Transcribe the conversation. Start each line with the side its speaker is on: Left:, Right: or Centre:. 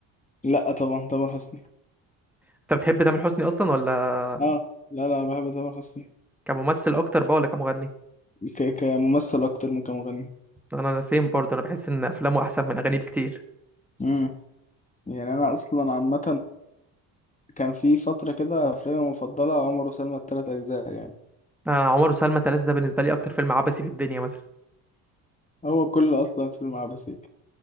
Left: لأ طبعا تامر حسني
Centre: انت بتحب تامر حسني اصلا ولا
Left: آه لا لا بحب تامر حسني
Centre: كممثل اكتر بقى ولا كمغني
Left: ك... كممثل أكتر من كمغني
Centre: انا انا سيم برضه انا بحس ان افلامه احسن من اغانيه بكتير
Left: مم. يعني أنا أصلا عامة كان في فترة كده أفلامي المفضلة عمر وسلمى التلات أجزاء يعني
Centre: آه، عمر وسلمى ثلاثة ده بالنسبه لي اكتر فيلم عبثي في الدنيا مثلا
Left: هو كل أصلا فيلم عبثي